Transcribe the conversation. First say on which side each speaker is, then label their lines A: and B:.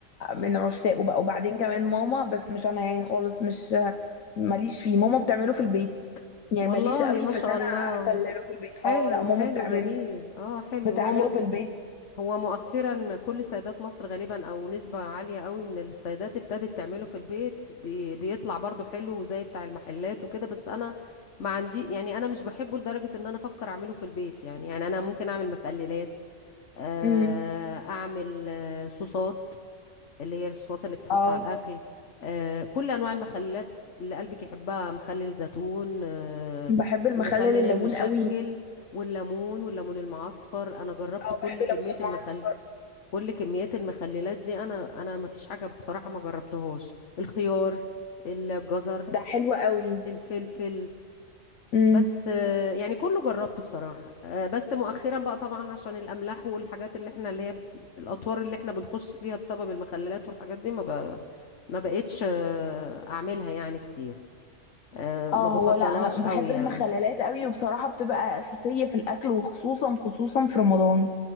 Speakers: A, on the left; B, on the left.
A: من عشاقه بقى وبعدين كمان ماما بس مش انا يعني خالص مش ماليش فيه ماما بتعمله في
B: اه
A: البيت يعني
B: والله
A: ماليش قوي
B: ما
A: في
B: شاء
A: ان انا
B: الله
A: اخلله في البيت
B: حلو
A: اه لا ماما
B: حلو
A: بتعمله
B: جميل اه حلو
A: بتعمله
B: هو م...
A: في البيت
B: هو مؤخرا كل سيدات مصر غالبا او نسبة عالية قوي من السيدات ابتدت تعمله في البيت بي بيطلع برضو حلو زي بتاع المحلات وكده بس انا ما عندي يعني انا مش بحبه لدرجة ان انا افكر اعمله في البيت يعني يعني انا ممكن اعمل مخللات آه،
A: امم
B: اعمل آه، صوصات اللي هي الصوصات اللي بتتحط
A: اه
B: على الأكل آه، كل أنواع المخللات اللي قلبك يحبها مخلل زيتون آه،
A: بحب المخلل
B: المخلل
A: الليمون
B: المشكل
A: قوي
B: والليمون والليمون المعصفر أنا جربت
A: اه
B: كل
A: بحب
B: كمية
A: الليمون المعصفر
B: المخل كل كميات المخللات دي أنا أنا ما فيش حاجة بصراحة ما جربتهاش الخيار الجزر
A: ده حلو قوي
B: الفلفل
A: امم
B: بس آه، يعني كله جربته بصراحة آه، بس مؤخرا بقى طبعا عشان الأملاح والحاجات اللي احنا اللي هي الأطوار اللي احنا بنخش فيها بسبب المخللات والحاجات دي ما بقى ما بقتش آه، أعملها يعني كتير آه،
A: اه
B: ما بفضلهاش
A: هو لا انا بحب
B: قوي يعني
A: المخللات قوي وبصراحه بتبقى اساسيه في الاكل وخصوصا خصوصا في رمضان